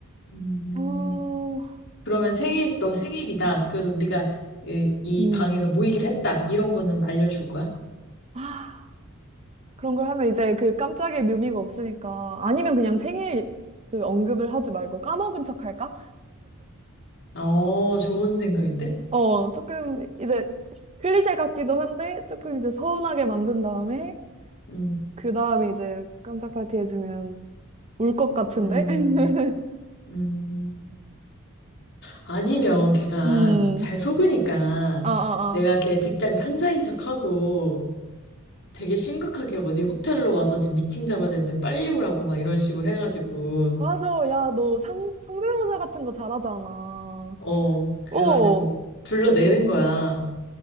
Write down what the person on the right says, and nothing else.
어,
음.
아, 그런 걸 하면 이제 그 깜짝의 묘미가 없으니까. 아니면 그냥 생일 그 언급을 하지 말고 까먹은 척 할까?
어, 조금 이제 클리셰 같기도 한데 조금 이제 서운하게 만든 다음에
그 다음에 이제 깜짝 파티 해주면 울 것 같은데?
<laughs>
음,
아, 아,
아.
맞아. 야, 너 상, 성대모사 같은 거 잘하잖아.
오!